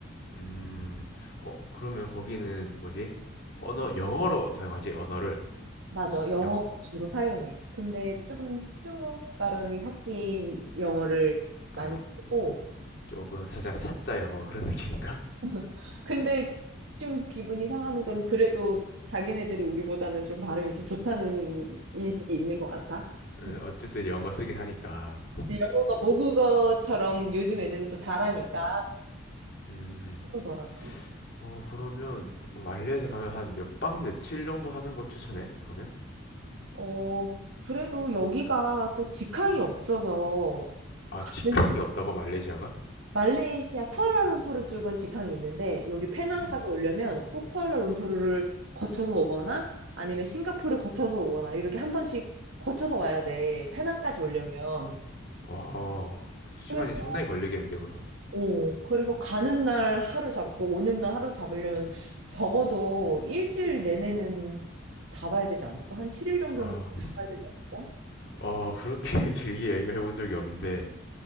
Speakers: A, on the left (about 55°); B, on the right (about 75°).
A: 음, 어 그러면 거기는 뭐지 언어 영어로 사용하지 언어를
B: 맞아. 영어
A: 영어
B: 주로 사용해. 근데 조금 중국 발음이 섞인 영어를 많이
A: 아
B: 쓰고
A: 조금 사자 사자 영어 그런 느낌인가
B: <laughs> 근데 좀 기분이 상하는 건 그래도 자기네들이 우리보다는 좀 발음이 더 좋다는 인식이 있는 것 같아.
A: <laughs> 음,
B: <laughs>
A: 어쨌든 영어 쓰긴 하니까
B: 영어가 모국어처럼 요즘 애들은 또 잘하니까
A: 음
B: 그러더라고.
A: 어 그러면 말레이시아 가면 한 몇 박 며칠 정도 하는 걸 추천해 그러면
B: 어, 그래도 여기가 또 직항이 없어서
A: 아 직항이
B: 네.
A: 없다고 말레이시아가
B: 말레이시아 쿠알라룸푸르 쪽은 직항이 있는데 여기 페낭까지
A: 음
B: 오려면 꼭 쿠알라룸푸르를 거쳐서 오거나 아니면 싱가포르 거쳐서 오거나 이렇게 한 번씩 거쳐서 와야 돼. 페낭까지 오려면.
A: 어 시간이
B: 그래서
A: 상당히 걸리겠는데 그러면
B: 어, 그래서 가는 날 하루 잡고 오는 날 하루 잡으려면 적어도 일주일 내내는 잡아야 되지 않을까? 한 7일 정도는
A: 아
B: 잡아야 되지 않을까?
A: 어, 그렇게 <laughs> 길게 여행을 해본 적이 없는데,